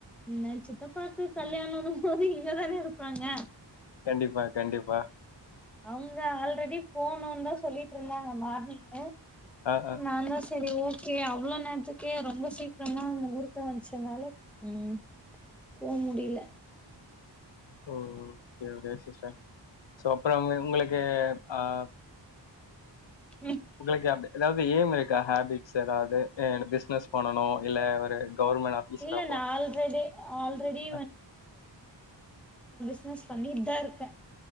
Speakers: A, in the centre; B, on the left (about 75°).
A: என்ன சித்தப்பாக்கு கல்யாணன்னும் போது இங்கதானே இரு ப்பாங்க
B: கண்டிப்பா கண்டிப்பா
A: அவங்க ஆல்ரெடி போனுன்தா சொல்லிட்டு இருந்தாங்க மார்னிங்
B: ஆ ஆ
A: நாந்தா சரி ஓ கே அவ்ளோ நேரத்துக்கே ரொம்ப சீக்கிரமா முகூர்த்தம் வச்சதுனால உம் போ முடியல
B: ஓ ஒ <unintelligible> சோ அப்புறம்ங்க உங்களுக்கு ஆஹ்
A: ம்,
B: உங்களுக்கு அப்டு எதாவது ஏம் இருக்கா ஹேபிட் ஸ் எதாவது அ பிசினஸ் பண்ணனு இல்ல ஒரு கவர்மெண்ட் ஆபீசரா
A: இல்ல
B: போனு
A: நான் ஆல்ரெடி ஆல்ரெடி
B: அ
A: ஸ்னஸ் பண்ணிட்டுதா இருக்க